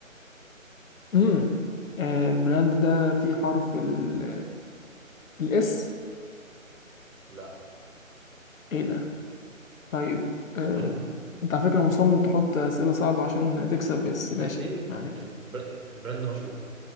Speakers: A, on the left; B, on the right.
A: امم آه البراند ده فيه حرف ال الاس
B: لا
A: ايه ده طيب آه
B: <laughs>
A: انت على فكرة مصمم تحط اسئلة صعبة عشان تكسب بس
B: لا
A: ماشي
B: ليه
A: يعني
B: البر... البراند مشهور